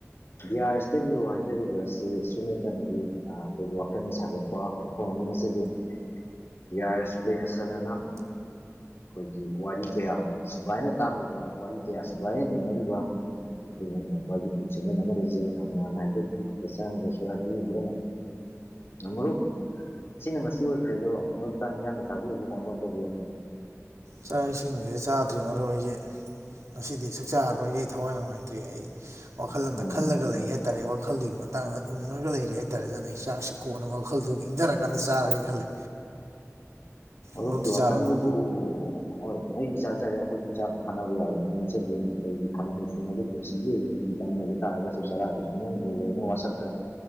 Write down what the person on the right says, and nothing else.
ꯆꯥꯛ ꯏꯁꯤꯡꯁꯦ ꯆꯥꯗ꯭ꯔꯤ ꯃꯔꯨ ꯑꯩꯖꯦ ꯉꯁꯤꯗꯤ ꯆꯥꯛ ꯆꯥꯔꯔꯣꯏꯒꯤ ꯊꯋꯥꯏ ꯅꯨꯡꯉꯥꯏꯇꯦ ꯑꯩ ꯋꯥꯈꯜꯂꯣꯟꯗ
ꯈꯜꯂꯒ ꯂꯩ ꯍꯥꯏꯇꯥꯔꯦ ꯋꯥꯈꯜꯗꯨꯒꯤ ꯃꯇꯥꯡꯗ ꯈꯪꯉꯒ ꯂꯩꯔꯦ ꯍꯥꯏꯇꯥꯔꯦ ꯑꯗꯨꯅ ꯆꯥꯛꯁꯤ ꯀꯣꯟꯅ ꯋꯥꯈꯜꯗꯨ ꯏꯪꯗꯔꯀꯥꯟꯗ ꯆꯥꯔꯒꯦ ꯈꯜꯂꯦ
ꯃꯔꯨꯞꯇꯤ
ꯆꯥꯔꯕꯣ